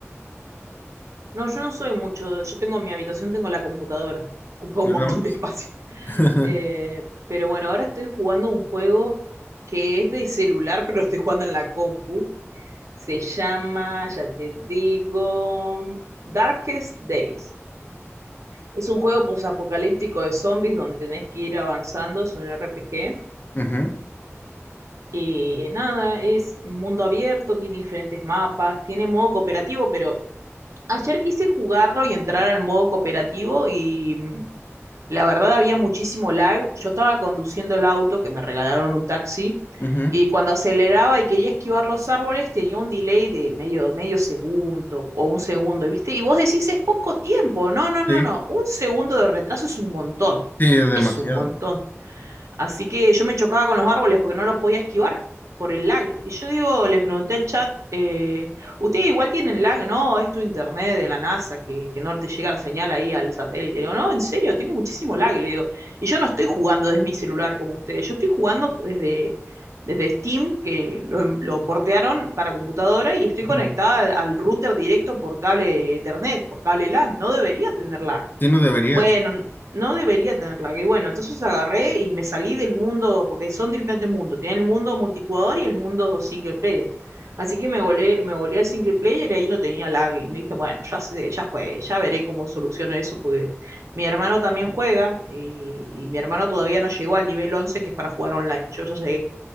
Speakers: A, on the right; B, on the left.
A: No, yo no soy mucho. Yo tengo mi habitación, tengo la computadora. <laughs> Ocupa
B: Nada
A: un montón
B: más.
A: de espacio. <laughs>
B: <laughs>
A: Eh, pero bueno, ahora estoy jugando un juego que es de celular, pero lo estoy jugando en la compu. Se llama, ya te digo, Darkest Days. Es un juego posapocalíptico de zombies donde tenés que ir avanzando. Es un RPG.
B: Ujú,
A: Y nada, es un mundo abierto, tiene diferentes mapas, tiene modo cooperativo, pero ayer quise jugarlo y entrar al modo cooperativo y mm, La verdad había muchísimo lag. Yo estaba conduciendo el auto, que me regalaron en un taxi,
B: ujú.
A: y cuando aceleraba y quería esquivar los árboles tenía un delay de medio, medio segundo o un segundo, ¿viste? Y vos decís, es poco tiempo. No, no, no,
B: Sí,
A: no. Un segundo de retraso es un montón.
B: sí, es demasiado.
A: Es un montón. Así que yo me chocaba con los árboles porque no lo podía esquivar por el lag. Y yo digo, le pregunté al chat, eh, ustedes igual tienen lag, ¿no? Es tu internet de la NASA que, que no te llega la señal ahí al satélite. digo, no, en serio, tengo muchísimo lag, le digo. Y yo no estoy jugando desde mi celular como ustedes, yo estoy jugando desde, desde Steam, que lo, lo portearon para computadora y estoy conectada
B: Ujú.
A: al, al router directo por cable Ethernet, por cable LAN. No debería tener lag.
B: Sí, no deberías.
A: Bueno, no debería tener lag. Y bueno, entonces agarré y me salí del mundo, porque son diferentes mundos. Tiene el mundo multijugador y el mundo single player. Así que me volé, me volé al single player y ahí no tenía lag. Y dije, bueno, ya sé, ya fue, ya veré cómo soluciono eso, porque mi hermano también juega y, y mi hermano todavía no llegó al nivel 11 que es para jugar online. Yo ya llegué,